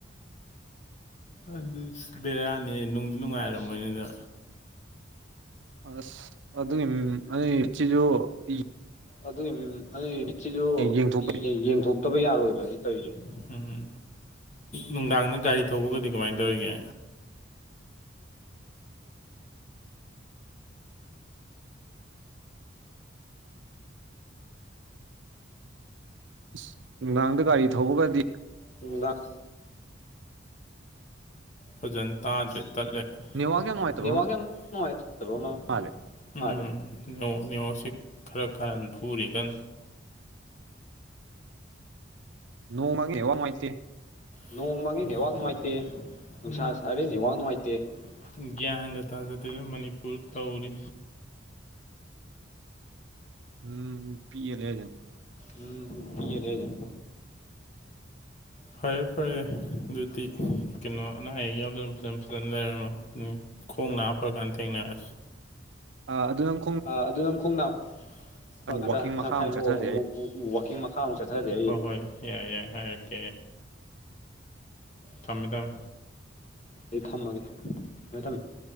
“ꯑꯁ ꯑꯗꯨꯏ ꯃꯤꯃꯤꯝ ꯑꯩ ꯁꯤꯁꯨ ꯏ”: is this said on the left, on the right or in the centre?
Right